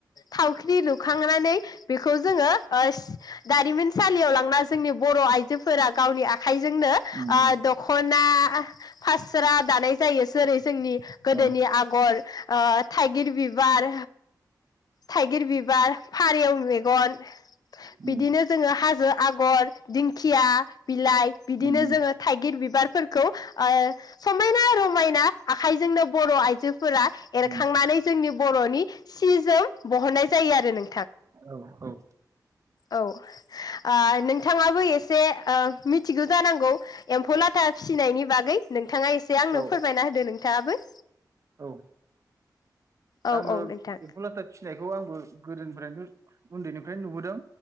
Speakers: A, on the left; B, on the right.
A: थावख्रि लुखांनानै बेखौ जोङो ओ। दारिमिनसालियाव लांना जोंनि बर'आइ जोफोरा गावनि आखाइजोंनो
B: उम उम
A: ओ दख'ना फास्रा दानाय। एसोर ए जोंनि गोदोनि
B: औ औ
A: आगर। ओ थाइगिर बिबार। थाइगिर बिबार। फारिव मेगन।
B: उम
A: बिदिनो जोङो हाजो। आगर दिंखिया। बिलाइ बिदिनो
B: उम
A: जोङो थाइगिर बिबार। फोरखौ ओ समायना र मायना आखाइजोंनो बर' आइजो। फोरा एरखांनानै
B: उम औ
A: जोंनि बर'नि। सि जोम बहन्नाय जायो आरो नों
B: औ औ।
A: औ ओ नोंथाङाबो एसे ओ मिथिगौ जानांगौ एम्फौला था फिसिनायनि बागै नोंथाङा एसे आंनो
B: औ
A: फोरबायना होदो नोंथाङाबो।
B: औ।
A: औ
B: आङो
A: औ नोंथां
B: एम्फौ लाथा। फिनायखौ आंबो गोदोनिफ्रायनो उन्दैनिफ्रायनो नुबोदों।